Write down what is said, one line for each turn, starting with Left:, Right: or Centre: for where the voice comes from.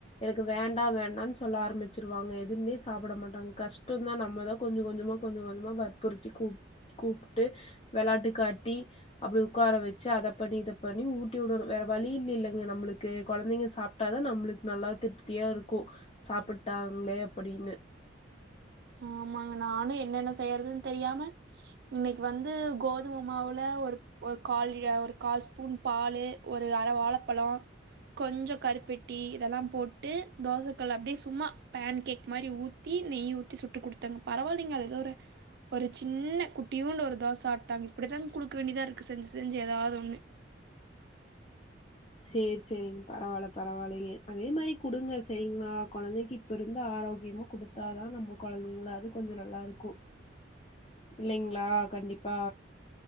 Left: எனக்கு வேண்டாம் வேண்டாம்னு சொல்ல ஆரம்பிச்சிருவாங்க எதுவுமே சாப்பிட மாட்டாங்க கஷ்டம் தான் நம்ம தான் கொஞ்சம் கொஞ்சமா கொஞ்சம் கொஞ்சமா வற்புறுத்தி கூப்பிட்டு வெளையாட்டு காட்டி அப்படி உட்கார வச்சு அதை பண்ணி இத பண்ணி டனு வேற வழலி இல்லைங்க ங்க நம்பூல்கு குழந்தைங்க சாப்பிட்டாதா நம்மளுக்கு நல்லா திருப்தியா இருக்கு சாப்பிட்டாங்களே அப்படின்னு
Right: ஆமாங்க நானு என்னென்ன செய்யறதுன்னு தெரியாம இன்னைக்கு வந்து கோதுமை மாவுல ஒரு கால் ஒரு கால் ஸ்பூன் பால் ஒரு அர வாழைப்பழம் கொஞ்சோ கருப்பெட்டி இதெல்லா போட்டு தோசைக்கல் அப்படியே சும்மா பேன் கேக் மாரி ஊத்தி நெய் ஊத்தி த்தி சுட்டு குடுத்தாங்க பரவாயில்லைங்க அது ஏதோ ஒரு ஒரு சின்ன குட்டியுன்டு ஒரு தோச சாப்பிட்டாங்க இப்படித்தாங்க குடுக்க வேண்டியதா இருக்கு செஞ்சு செஞ்சு ஏதாது ஒண்ணு
Left: செரி செரிங் பரவால பரவாலைங்க அதே மாரி டுங்க சரிங்களா குழந்தைக்கு இப்ப இருந்து ஆரோக்கியமா குடுத்தாதா நம்ம குழந்தைங்களது கொஞ்சோ நல்லா இருக்கு இல்லைங்களா கண்டிப்பா